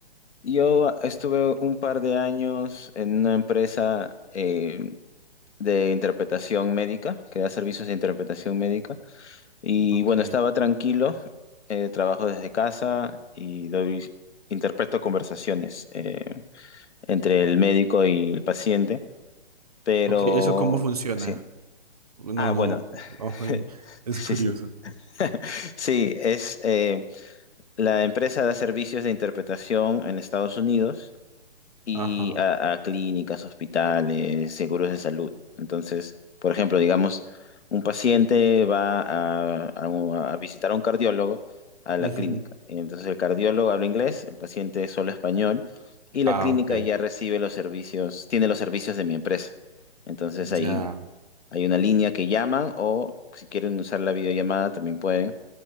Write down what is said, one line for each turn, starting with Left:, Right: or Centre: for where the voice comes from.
Left: yo estuve un par de años en una empresa eh, de interpretación médica, que da servicios de interpretación médica. Y
Right: Ok,
Left: bueno, estaba tranquilo, eh, trabajo desde casa y doy, interpreto conversaciones eh, entre
Right: ok.
Left: el médico y el paciente, pero
Right: Ok, ¿eso cómo funciona?
Left: sí.
Right: No,
Left: Ah,
Right: no,
Left: bueno,
Right: ojo,
Left: <laughs>
Right: y- es
Left: sí,
Right: curioso.
Left: sí. <laughs> Sí, es eh, la empresa da servicios de interpretación en Estados Unidos y
Right: Ajá.
Left: a, a clínicas, hospitales, seguros de salud. Entonces, por ejemplo, digamos, un paciente va a, a un- a visitar a un cardiólogo a la
Right: ujú.
Left: clínica. Entonces, el cardiólogo habla inglés, el paciente solo español y la
Right: Ah,
Left: clínica
Right: ok.
Left: ya recibe los servicios, tiene los servicios de mi empresa. Entonces, ahí
Right: Ya.
Left: hay una línea que llaman o si quieren usar la videollamada también pueden.